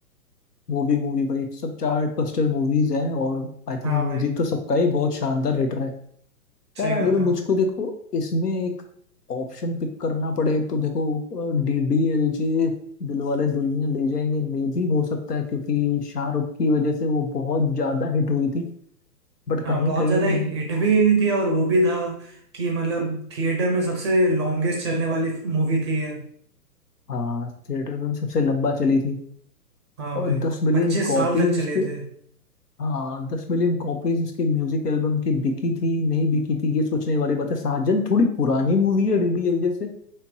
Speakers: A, on the left; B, on the right.
A: वो भी मूवी भाई सब चार्ट बस्टर मूवीज हैं और आई थिंक
B: हाँ
A: म्यूजिक
B: भाई
A: तो सबका ही बहुत शानदार हिट रहा है यार
B: सही
A: अगर
B: बात है
A: मुझको देखो इसमें एक ऑप्शन पिक करना पड़े तो देखो D D L J Dilwale Dulhania Le Jayenge मे भी हो सकता है क्योंकि शाहरुख की वजह से वो बहुत ज्यादा हिट हुई थी बट
B: हाँ
A: कहीं
B: बहुत
A: कहीं
B: ज्यादा हिट भी हुई थी और वो भी था कि मतलब थिएटर में सबसे लॉन्गेस्ट चलने वाली मूवी थी ये
A: हाँ थिएटर में भी सबसे लंबा चली थी
B: हाँ
A: और
B: भाई
A: दस मिलियन
B: पच्चीस
A: कॉपीज
B: साल तक चले
A: इसके
B: थे
A: हाँ दस मिलियन कॉपीज इसकी म्यूजिक एल्बम की बिकी थी नहीं बिकी थी ये सोचने वाली बात है साजन थोड़ी पुरानी मूवी है डीडीएलजे से